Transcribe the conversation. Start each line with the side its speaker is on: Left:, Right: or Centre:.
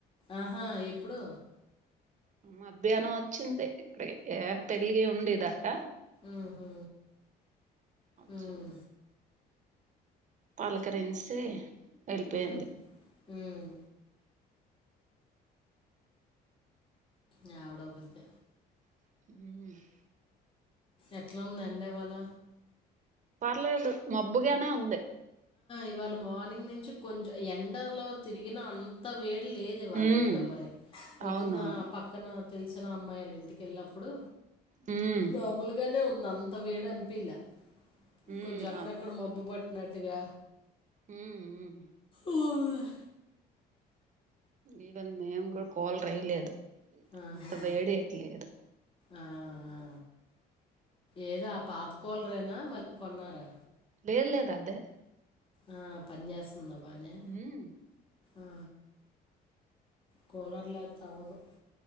Left: ఆహా ఎప్పుడు
Right: మధ్యాహ్నం వచ్చింది ఇక్కడికి ఏ పెలిగి ఉండేదట
Left: ఉహు,
Right: వచ్చింది
Left: ఉమ్,
Right: పలకరంచి వెళ్ళిపోయింది
Left: ఉమ్, ఉమ్." యా వోకడితే
Right: హ
Left: ఎట్లా ఉందండి ఇవాళ
Right: పర్లేదు మబ్బుగానే ఉంది
Left: ఇవాళ మార్నింగ్ నుంచి కొంచెం ఎండలో తిరిగిన అంత వేడి లేదు ఇవాళ్ళ
Right: మ్మ్
Left: ఏంటో మరి పొద్దున్న
Right: అవునవును
Left: పక్కన తెలుసు అ అమ్మాయిల ఇంటికిెళ్ళినప్పుడు
Right: మ్మ్
Left: మాములుగానే ఉంది అంత వేడ్ అనిపిలా
Right: మ్మ్
Left: కొంచెం అక్కడక్కడ మబ్బు పట్టి గా
Right: హ్మ్మ్ మ్మ్
Left: ప <unintelligible>
Right: ఈవెన్ నేన్ కుడ్ కూలర్ ఏయ్యలేదు
Left: ఆహా
Right: అంత వేడయట్లేదు
Left: ఆ ఆ ఏది అ పాత కూలర్ ఎన మళ్ళీ కొన్నారా
Right: లేద్ లెద్ అదే
Left: ఆ పని చేస్ ఉందా బానే
Right: మ్మ్
Left: ఆ కూలర్ లేతే అవదు